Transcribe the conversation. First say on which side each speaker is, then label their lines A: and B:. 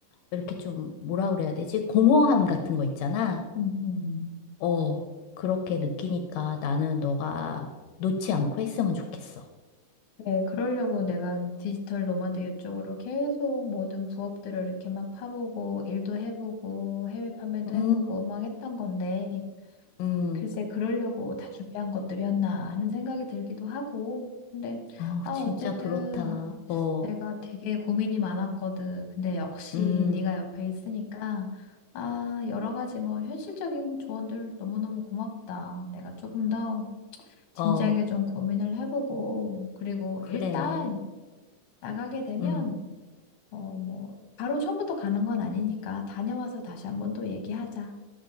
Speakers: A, on the left; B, on the left.
A: 이렇게 좀 뭐라 그래야 되지? 공허함 같은 거 있잖아.
B: 음, 음.
A: 어, 그렇게 느끼니까 나는 너가 놓지 않고 했으면 좋겠어.
B: 네, 그러려고 내가 디지털 노마드 이쪽으로 계속 모든 부업들을 이렇게 막 파보고, 일도 해보고, 해외 판매도 해보고,
A: 음,
B: 막 했던 건데,
A: 음,
B: 글쎄, 그러려고 다 준비한 것들이었나 하는 생각이 들기도 하고. 근데,
A: 어,
B: 아,
A: 진짜
B: 어쨌든
A: 그렇다. 어,
B: 내가 되게 고민이 많았거든. 근데 역시
A: 음,
B: 네가 옆에 있으니까, 아, 여러 가지 뭐 현실적인 조언들 너무너무 고맙다. 내가 조금 더 진지하게
A: 어,
B: 좀 고민을 해보고, 그리고
A: 그래.
B: 일단 나가게 되면,
A: 음,
B: 어, 뭐, 바로 처음부터 가는 건 아니니까 다녀와서 다시 한번 또 얘기하자.